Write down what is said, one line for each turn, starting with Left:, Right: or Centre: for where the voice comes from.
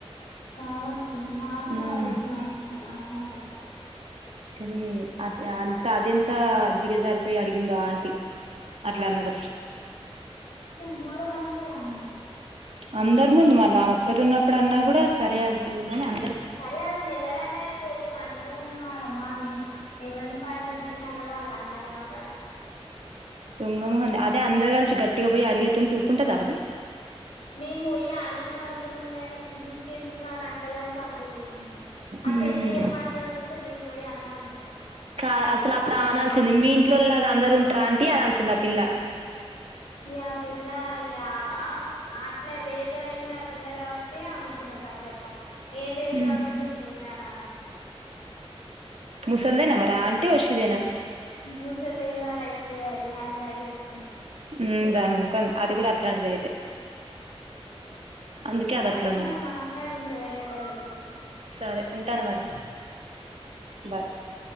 Left: కావచ్చు మాకే
Right: ఉమ్
Left: ఆడినయి ఆ అమ్మాయి అని
Right: కానీ అది అంత అది ఎంత అ దిగా జారిపోయి అడిగిందో ఆంటీ అట్లా అన్నదో
Left: చెెంబూర మన్న ఇగ ఆమెదే
Right: అందరి ముందు మళ్ళ ఆమె ఒక్కటి ఉన్నప్పుడు అన్నా కూడా సరే అనుకుందామనీ అ
Left: సరే అది మెలగన్నది పో మేం అందరం ఉన్నాం మడం మావి ఎవరిని <unintelligible> మాకు అర్ధం కాలే
Right: దొంగమహంది అదే అందరు కలిసి గట్టిగా పోయి అడిగేతుంటే ఊరుకుంటుందా అది
Left: మేం పోయి అడుగుదాం అనుకున్నాం గాని మీకెందుకు అని అంటదని సప్పడే ఆ
Right: ఉమ్
Left: చెల్ల ఏం మాట్లాడకుంటే మే పోయి అందాం అనుకున్నాం
Right: కా అసలు అప్పుడు అ అనాల్సిందే మీ ఇంట్లోలాగా అందరు ఉంటార అంటీ అనాల్సింద ఆ పిల్ల
Left: న ఆ పిల్ల ఆ అట్లా రేజ్ అయింది ఆ పిల్ల కాబట్టి ఆమె ఊరుకునే ఉన్నది సపడక నేను రేజ్
Right: ఉమ్
Left: కాకుండాఉంటే ఇంకా అను ఆమె
Right: ముసల్దేన్ మరా ఆంటీ వషదే
Left: మూసలుదేం కాదు ఇస్త అది హ్యాండ్ బ్యాస్
Right: ఉ దాని మొఖం కొ అది కూడా అట్లాంటిది అయితే అందుకే
Left: సరే
Right: అది అట్లా అన్నది
Left: మరి మాట్లాడి ఇంకా వేరేటల్ల తో
Right: సరే ఉంటాను మరి బాయ్